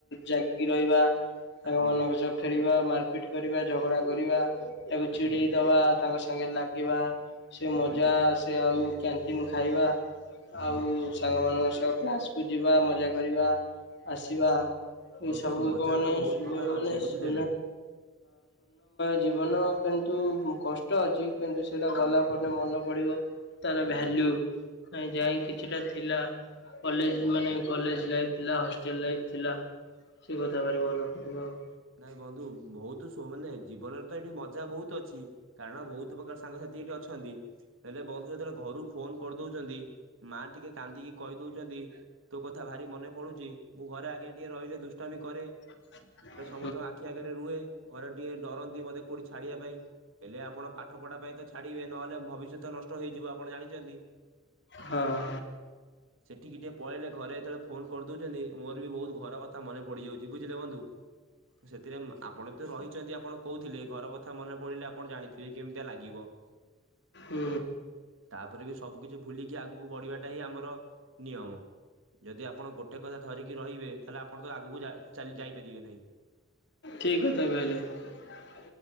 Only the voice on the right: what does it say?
ଆଜ୍ଞା
ଆଜ୍ଞା
ବୁଝିଲି
ବନ୍ଧୁ
ଆଜ୍ଞା
ବନ୍ଧୁ
ମଜା
ତ ବହୁତ
ପ୍ରକାର
ଅଛି ବୁଝିଲେ
ନା
ଆଜ୍ଞା
ଆଜ୍ଞା
ନାଇଁ ବନ୍ଧୁ ବହୁତ ମାନେ ଜୀବନରେ ତ ଏଠି ମଜା ବହୁତ ଅଛି କାରଣ ବହୁତ ପ୍ରକାର ସାଙ୍ଗସାଥି ଏଠି ଅଛନ୍ତି, ହେଲେ ବହୁତ ଯେତେବେଳେ ଘରକୁ ଫୋନ କରିଦଉଛନ୍ତି ମା ଟିକେ କାନ୍ଦିକି କହି ଦଉଛନ୍ତି, ତୋ କଥା ଭାରି ମନେ ପଡୁଛି, ମୁଁ ଘରେ ଆଗେ ଟିକେ ରହି ଦୁଷ୍ଟାମି ପରେ
ସମସ୍ତଙ୍କ ଆଖି ଆଗରେ ରୁହେ, ଘରେ ଟିକେ ଡରନ୍ତି ବୋଧେ କୋଉଠି ଛାଡ଼ିବାକୁ ହେଲେ ଆପଣ ପାଠ ପଢ଼ା ପାଇଁ ତ ଛାଡିବେ ନହେଲେ ଭବିଷ୍ୟତ ନଷ୍ଟ ହେଇଯିବ ଆପଣ ଜାଣିଛନ୍ତି।
<inaudible> ସେଠିକି ଟିକେ ପଳେଇଲେ ଘରେ ଯେତେବେଳେ ଫୋନ କରିଦଉଛନ୍ତି, ମୋର ବି ବହୁତ ଘର କଥା ମନେ ପଡ଼ିଯାଉଛି। ବୁଝିଲେ ବନ୍ଧୁ। ସେଥିରେ ଆପଣ ବି ତ ରହିଛନ୍ତି ଆପଣ କହୁଥିଲେ, ଘର କଥା ମନେ ପଡ଼ିଲେ ଆପଣ ଜାଣିଥିବେ କେମିତିଆ ଲାଗିବ। <inaudible>
ତାପରେ ବି ସବୁ କିଛି ଭୁଲିକି ଆଗକୁ ବଢ଼ିବାଟା ହିଁ ଆମର ନିୟମ ଯଦି ଆପଣ ଗୋଟେ କଥା ଧରିକି ରହିବେ ତାହେଲେ ଆପଣ ତ ଆଗକୁ ଚା-ଯାଇପାରିବେ ନାହିଁ